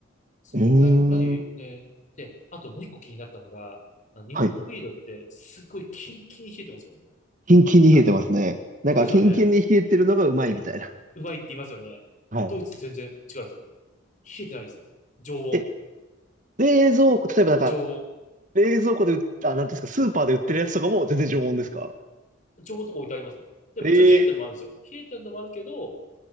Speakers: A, on the left (about 35°); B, on the right (about 40°).
A: そこがやっぱりね、
B: うーん。
A: で、あともう一個気になったのが、あの日本のビールってすごいキンキンに冷えてますよね。
B: はい。キンキンに冷えてますね。
A: 多分。
B: なんか、
A: ですよね。
B: キンキンに冷えてるのがうまいみたいな。
A: うまいって言いますよね。
B: はい。
A: ドイツ全然違うんですよ。冷えてないですよ。常温。
B: え、冷蔵庫、例えばなんか、
A: 常温。
B: 冷蔵庫で売った、あ、なんていうんですか、スーパーで売ってるやつとかも全然常温ですか
A: 常温とか置いてありますよ。で、
B: え
A: もちろん冷えてるのもあるんですよ。冷えてるのもあるけど、